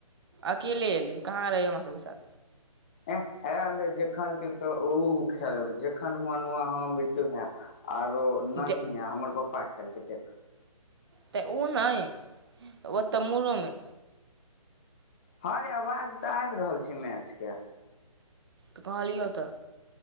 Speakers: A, on the right; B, on the left.
A: अकेले अयली कहाँ रहै हमरा सबके साथ
B: ऐंह आयल रहिऐ जेखन के तो ओख जेखन मन हम बिट्टू भैया आरो नन्ही
A: जे
B: आ हमर पापा खेलकै तखन
A: तऽ ओ नहि ओतऽ मूरोमे
B: हँ रे आवाज तऽ आबि रहल छै मैचके
A: कहाँलियौ तऽ